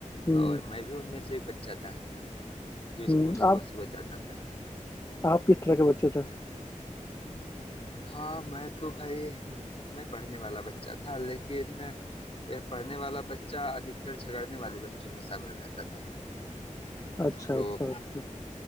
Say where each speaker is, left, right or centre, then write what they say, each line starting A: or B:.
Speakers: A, on the left (about 25°); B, on the left (about 45°).
A: हम्म
B: और मैं भी उनमें से एक बच्चा था जो
A: हम्म
B: स्कूल सुबह
A: आप
B: सुबह जाता था
A: आप किस तरह के बच्चे थे
B: हाँ मैं तो भाई मैं पढ़ने वाला बच्चा था लेकिन वह पढ़ने वाला बच्चा अधिकतर झगड़ने वाले बच्चों में शामिल रहता था
A: अच्छा
B: तो
A: अच्छा अच्छा